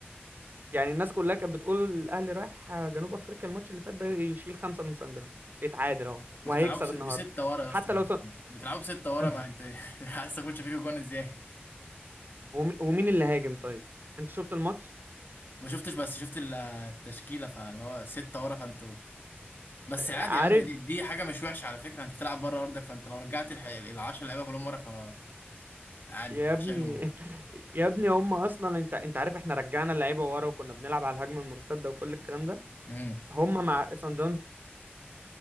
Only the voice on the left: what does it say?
كنتوا
بتلعبوا بس-
بستة ورا يا
اسطى
بتلعبوا بستة ورا
ما انت <laughs> عايز تخش فيكوا جون ازاي
ما شفتش بس شفت ال- التشكيله فاللي هو ستة ورا فانتوا بس عادي
يا عم دي, دي حاجه مش وحشه على فكره انت بتلعب بره ارضك فانت لو رجعت ال 10 لعيبه كلهم ورا فما عادي
ما حدش
هيلومك
امم